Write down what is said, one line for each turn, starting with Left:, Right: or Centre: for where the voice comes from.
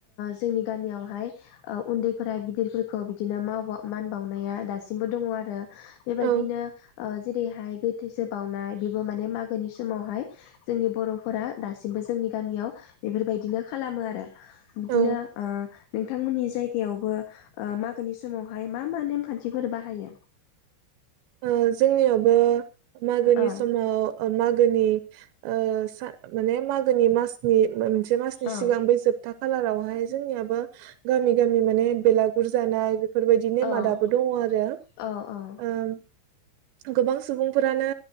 Left: जोंनि गामियावहाय ओ उन्दैफोरा गिदिरफोरखो बिदिनो माव मान बावनाया दासिमबो दङ आरो ना। बेबायदिनो
Right: औ
Left: ओ जेरैहाय गोथैसो बावनाय बेबो माने मागोनि समावहाय जोंनि बर'फोरा दासिमबो जोंनि गामियाव बेफोरबायदिनो खालामो आरो। बिदिनो
Right: औ
Left: ओ नोंथांमोननि जायगायावबो ओ मागोनि समावहाय मा मा नेमखान्थिफोर बाहायो
Right: ओ जोंनियाबो मागोनि
Left: औ
Right: समाव अ' मागोनि ओ सा माने मागोनि मासनि बा मोनसे से मासनि
Left: औ
Right: सिगांबो जोब दा खालारावहाय जोंनियाबो गामि गामि माने बेलागुर जानाय बेफोरबायदि नेमा
Left: औ
Right: दाबो दङ आरो।
Left: औ अ'
Right: ओ गोबां सुबुंफोरानो